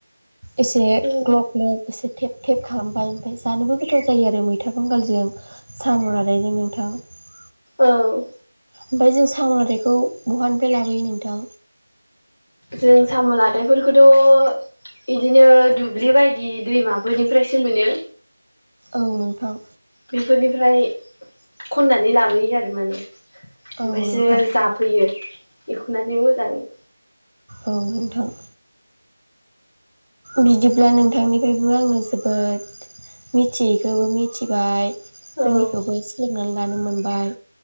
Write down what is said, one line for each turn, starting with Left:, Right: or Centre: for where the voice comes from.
Right: एसे
Left: उम
Right: ग्लब ग्लब एसे थेब थेब खालामबाय ओमफाय जानोबो गोथाव जायो आरो मैथा बांगालजों साम' लादायजों नोंथां ।
Left: औ।
Right: ओमफाय जों साम'लादायखौ बहानिफाय लाबोयो नोंथां?
Left: जों साम' लादायफोरखौथ' इदिनो दुब्लि बायदि दैमाफोरनिफ्रायसो मोनो
Right: औ नोंथां
Left: बेफोरनिफ्राय खननानै लाबोयो आरो माने ओमफायसो
Right: औ नोंथां
Left: जाफैयो एख'नानै मोजाङै
Right: औ नोंथां ‌। बिदिब्ला नोंथांनिफ्रायबो आङो जोबोद मिथियैखौबो मिथिबाय रोङैखौबो
Left: औ
Right: सोलोंनानै लानो मोनबाय